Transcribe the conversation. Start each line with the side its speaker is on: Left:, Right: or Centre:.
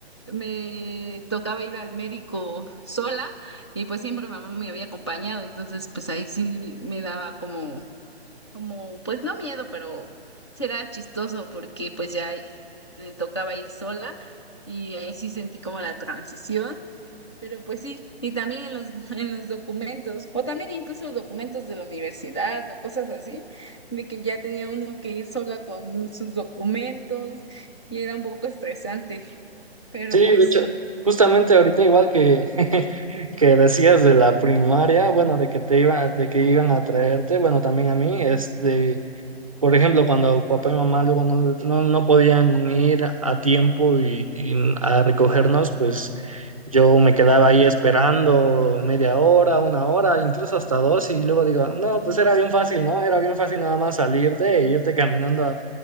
Left: me tocaba ir al médico sola y pues siempre mamá me había acompañado, entonces pues ahí sí me daba como, como, pues no miedo, pero será chistoso porque pues ya eh, me tocaba ir sola y ahí sí sentí como la transición. Pero pues sí, y también en los, <laughs> en los documentos, o también incluso documentos de la universidad o cosas así, de que ya tenía uno que ir sola con sus documentos y era un poco estresante, pero
Right: Sí, de
Left: pues
Right: hecho, justamente ahorita igual que, <laughs> que decías de la primaria, bueno, de que te iba, de que iban a traerte, bueno, también a mí, este, Por ejemplo, cuando papá y mamá luego no, no, no podían ir a tiempo y, y a recogernos, pues yo me quedaba ahí esperando media hora, una hora, incluso hasta dos, y luego digo, no, pues era bien fácil, ¿no? Era bien fácil nada más salirte e irte caminando a,